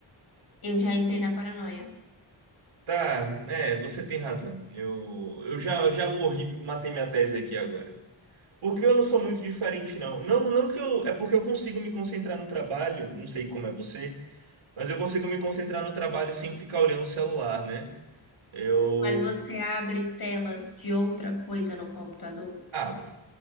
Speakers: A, on the left; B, on the right.
A: eu já entrei na paranoia.
B: Tá, é, você tem razão. Eu, eu já, eu já morri, matei minha tese aqui agora. O que eu não sou muito diferente, não. Não, não que eu. É porque eu consigo me concentrar no trabalho, não sei como é você, mas eu consigo me concentrar no trabalho sem ficar olhando o celular, né? Eu
A: Mas você abre telas de outra coisa no computador?
B: abro,